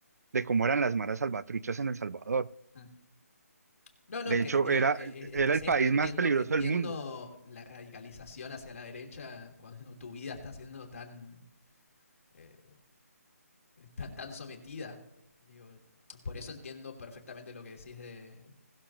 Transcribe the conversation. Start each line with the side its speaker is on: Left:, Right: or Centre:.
Right: de cómo eran las maras salvatruchas en El Salvador.
Left: mm. No, no,
Right: De
Left: es que,
Right: hecho,
Left: digo,
Right: era,
Left: eh, eh,
Right: era
Left: es que es
Right: el
Left: esto,
Right: país
Left: entiendo,
Right: más peligroso
Left: entiendo
Right: del mundo,
Left: la radicalización hacia la derecha cuando tu vida está siendo tan, eh, tan, tan sometida. Digo, por eso entiendo perfectamente lo que decís de,